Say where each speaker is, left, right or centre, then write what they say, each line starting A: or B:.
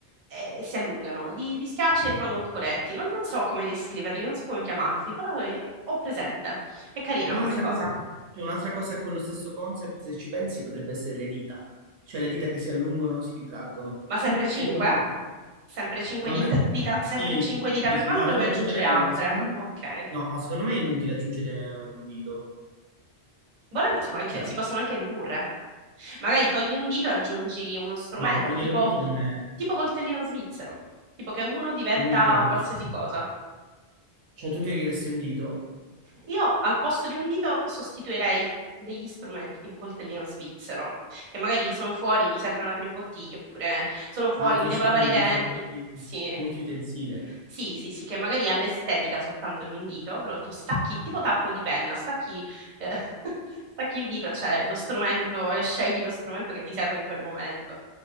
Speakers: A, on the right; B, on the right.
A: e si allungano, li, li schiacci e rimangono piccoletti. Non, non so come descriverli, non so come chiamarli, però eh, ho presente. È carina
B: Ma un'altra
A: come cosa.
B: cosa, cioè, un'altra cosa con lo stesso concept, se ci pensi, potrebbe essere le dita. Cioè le dita che si allungano, si ritraggono.
A: Ma sempre
B: Più,
A: 5?
B: più che altro...
A: Sempre 5
B: Come?
A: dita, sempre
B: Sì,
A: 5
B: sì,
A: dita
B: sì,
A: per
B: sì,
A: mano,
B: no,
A: o ne
B: non
A: vuoi
B: ne
A: aggiungere
B: aggiungerei
A: altre?
B: una. Secondo me...
A: Ok.
B: No, secondo me è inutile aggiungere un dito.
A: Volendo si può anche-
B: Cioè,
A: si possono anche ridurre. Magari togli un dito e aggiungi uno strumento,
B: no, togliere
A: tipo,
B: un dito per me...
A: tipo coltellino svizzero, tipo che uno diventa
B: Non mi piace.
A: qualsiasi cosa.
B: Cioè, tu ti chiederesti un dito?
A: Io al posto di un dito sostituirei degli strumenti tipo coltellino svizzero, che magari sono fuori, mi serve una pribottiglia, oppure sono fuori,
B: Ah, tu
A: mi
B: dici
A: devo lavare
B: proprio
A: i
B: diventa
A: denti.
B: multi,
A: Sì,
B: multiutensile.
A: Sì, sì, sì, che magari ha l'estetica soltanto di un dito, però tu stacchi il tipo tappo di penna, stacchi, eh, <laughs> stacchi il dito, cioè lo strumento, e scegli lo strumento che ti serve in quel momento.